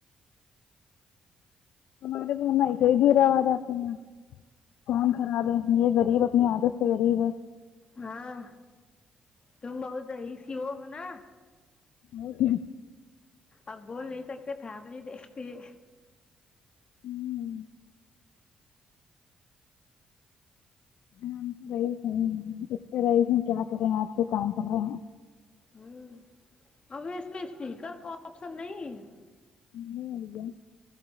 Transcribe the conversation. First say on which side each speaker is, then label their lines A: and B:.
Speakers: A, on the left; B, on the left.
A: ہمارے فون میں ایسے ہی دور آواز آتی ہیں کون خراب ہے یہ غریب اپنی عادت سے غریب ہے
B: ہاں تم بہت یسیو ہو نہ
A: اور کیا
B: اب بول نہیں سکتے فیملی دیکھتی ہے
A: ہوں ہم تو رئیس ہے ہی اتے رئیس کیا کریں آپ جو کام کررہے ہیں
B: ہوں اب اس میں اسپیکر کا آپشن نہیں ہے یہاں
A: ہونے ہوگیا